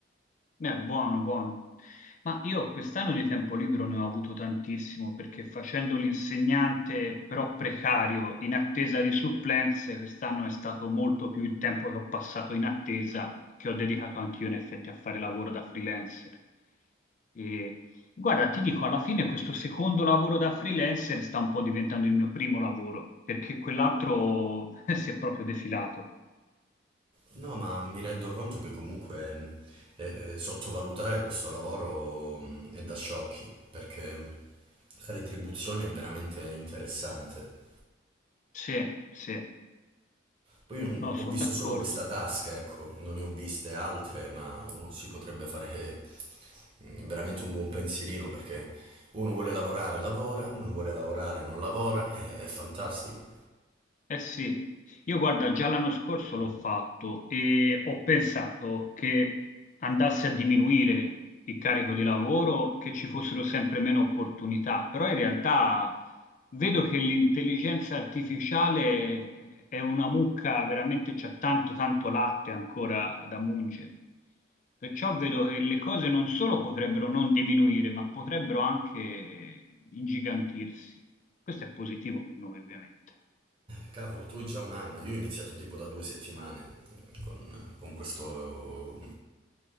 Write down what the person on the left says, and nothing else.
Eh, buono, buono. Ma io quest'anno di tempo libero ne ho avuto tantissimo perché facendo l'insegnante però precario in attesa di supplenze, quest'anno è stato molto più il tempo che ho passato in attesa, che ho dedicato anch'io in effetti a fare lavoro da freelancer. E, guarda, ti dico, alla fine questo secondo lavoro da freelancer sta un po' diventando il mio primo lavoro, perché quell'altro <laughs> si è proprio defilato.
Sì, sì,
no,
sono
d'accordo.
Eh sì, io guarda, già l'anno scorso l'ho fatto e ho pensato che andasse a diminuire il carico di lavoro, che ci fossero sempre meno opportunità, però in realtà vedo che l'intelligenza artificiale è una mucca, veramente c'è tanto tanto latte ancora da mungere. Perciò vedo che le cose non solo potrebbero non diminuire, ma potrebbero anche ingigantirsi. Questo è positivo per noi, ovviamente.